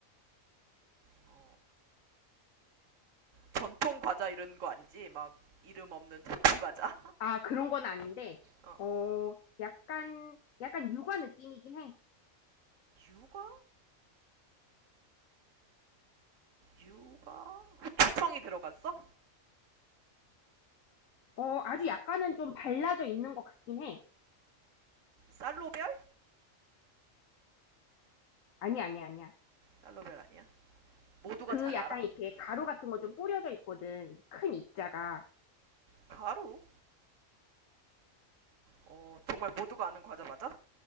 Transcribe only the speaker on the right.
어, 전통 과자 이런 거 아니지? 막 이름 없는 전통 과자.
어, 어.
유과? 유과? 두청이 들어갔어?
쌀로별?
쌀로별 아니야? 모두가
잘
알아?
응.
가루? 어, 정말 모두가 아는 과자 맞아?